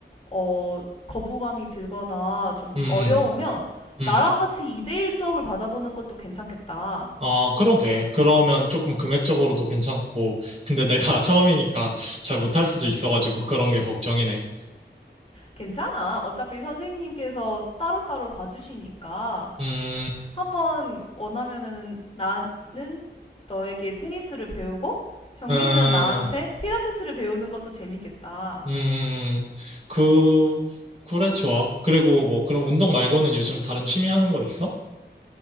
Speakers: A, on the left; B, on the right.
A: 어, 거부감이 들거나 좀
B: 음,
A: 어려우면
B: 음. 음.
A: 나랑 같이 2대1 수업을 받아보는 것도 괜찮겠다.
B: 아, 그러게. 그러면 조금 금액적으로도 괜찮고. 근데 내가 <laughs> 처음이니까 잘 못할 수도 있어가지고 그런 게 걱정이네.
A: 괜찮아. 어차피 선생님께서 따로따로 봐주시니까
B: 음,
A: 한번 원하면은 나는 너에게 테니스를 배우고 정민이는
B: 음,
A: 나한테 필라테스를 배우는 것도 재밌겠다.
B: 음, 음. 그, 그래, 좋아. 그리고 뭐, 그럼 운동 말고는 요즘 다른 취미 하는 거 있어?